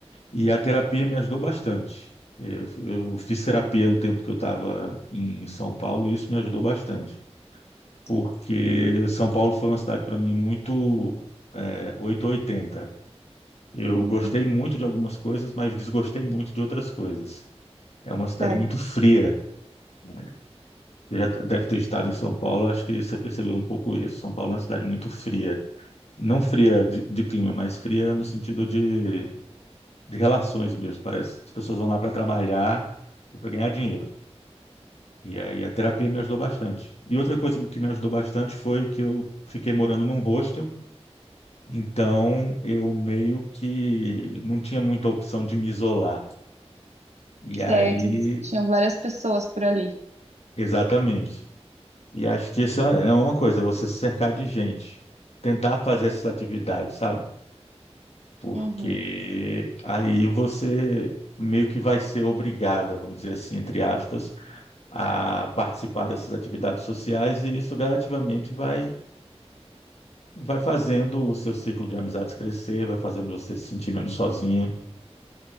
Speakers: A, on the left; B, on the right.
A: E a terapia me ajudou bastante. Eu, eu fiz terapia no tempo que eu estava em São Paulo e isso me ajudou bastante, porque São Paulo foi uma cidade para mim muito é, 880. Eu
B: Uhum,
A: gostei muito de algumas coisas, mas desgostei muito de outras coisas. É uma cidade
B: certo.
A: muito fria. né? Você já deve ter estado em São Paulo, acho que você percebeu um pouco isso. São Paulo é uma cidade muito fria. Não fria de, de clima, mas fria no sentido de de relações mesmo. Parece que as pessoas vão lá para trabalhar e para ganhar dinheiro. E aí a terapia me ajudou bastante. E outra coisa que me ajudou bastante foi que eu fiquei morando num hostel, então eu meio que não tinha muita opção de me isolar. E
B: Certo,
A: aí,
B: tinham várias pessoas por ali.
A: exatamente. E acho que isso é é uma coisa, você se cercar de gente, tentar fazer essas atividades, sabe? Porque
B: Uhum.
A: aí você meio que vai ser obrigada, vamos dizer assim, entre aspas, a participar dessas atividades sociais e isso gradativamente vai, vai fazendo o seu ciclo de amizades crescer, vai fazendo você se sentir menos sozinha.